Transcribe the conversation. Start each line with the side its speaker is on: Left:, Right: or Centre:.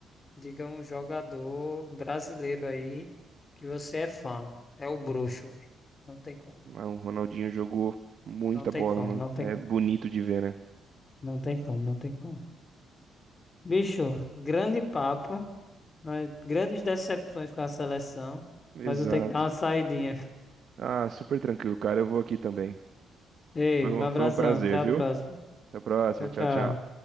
Left: diga um jogador brasileiro aí que você é fã. É o bruxo, velho. Não tem como,
Right: Ah, O Ronaldinho jogou muita
Left: não tem
Right: bola,
Left: como,
Right: mano.
Left: não tem
Right: É
Left: como,
Right: bonito de ver, né?
Left: não tem como, não tem como. Bicho, grande papo, mas grandes decepções com a seleção,
Right: Exato.
Left: mas eu tenho que dar uma saidinha.
Right: Ah, super tranquilo, cara. Eu vou aqui também.
Left: <laughs> Ei,
Right: Foi um,
Left: um abração,
Right: foi um prazer,
Left: até a
Right: viu?
Left: próxima.
Right: Até a próxima.
Left: Tchau, tchau.
Right: Tchau, tchau.